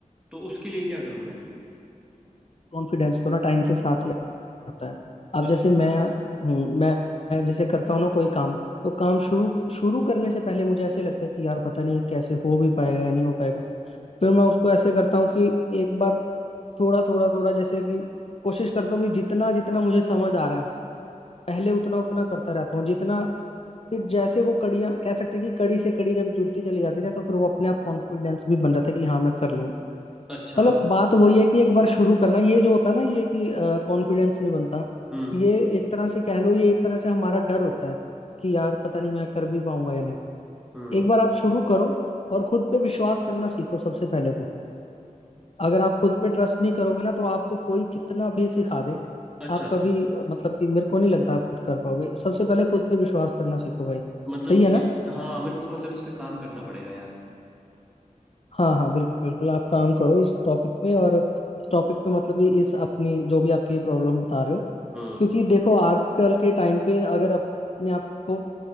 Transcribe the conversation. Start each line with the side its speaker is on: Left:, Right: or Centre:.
Centre: तो उसके लिए क्या करूँ मैं
Left: कॉन्फिडेंस तो ना टाइम के साथ ही आता है अब
Centre: अ-
Left: जैसे मैं हूँ मैं मैं जैसे करता हूँ ना कोई काम तो काम शुरू शुरू करने से पहले मुझे ऐसे लगता है कि यार पता नहीं ये कैसे हो भी पाएगा या नहीं हो पाएगा फिर मैं उसको ऐसे करता हूँ कि एक बार थोड़ा थोड़ा थोड़ा जैसे कि कोशिश करता हूँ कि जितना जितना मुझे समझ आ रहा है पहले उतना उतना करता रहता हूँ जितना फिर जैसे वो कड़ियाँ कह सकते हैं कि कड़ी से कड़ी जब जुड़ती चली जाती है ना तो फिर वो अपने आप कॉन्फिडेंस भी बन जाता है कि हाँ मैं कर लूंगा
Centre: अच्छा
Left: मतलब बात वही है कि एक बार शुरू करना ये जो होता है ना ये कि कॉन्फिडेंस नहीं बनता
Centre: हम्म
Left: ये एक तरह से कह लो ये एक तरह से हमारा डर होता है कि यार पता नहीं मैं कर भी पाऊंगा या नहीं
Centre: हम्म
Left: एक बार आप शुरू करो और खुद पे विश्वास करना सीखो सबसे पहले तो अगर आप खुद पे ट्रस्ट नहीं करोगे ना तो आपको कोई कितना भी सिखा दे
Centre: अच्छा
Left: आप कभी अ, मतलब कि मेरे को नहीं लगता आप कुछ कर पाओगे सबसे पहले खुद पे विश्वास करना सीखो भाई
Centre: मतलब
Left: सही है ना
Centre: हाँ मेरे को मतलब इस पे काम करना पड़ेगा यार
Left: हाँ हाँ बिल्कुल बिल्कुल आप काम करो इस टॉपिक पे और इस टॉपिक पे मतलब कि इस अपनी जो भी आपकी ये प्रॉब्लम बता रहे हो
Centre: हम्म
Left: क्योंकि देखो आजकल के टाइम पे अगर अपने आप को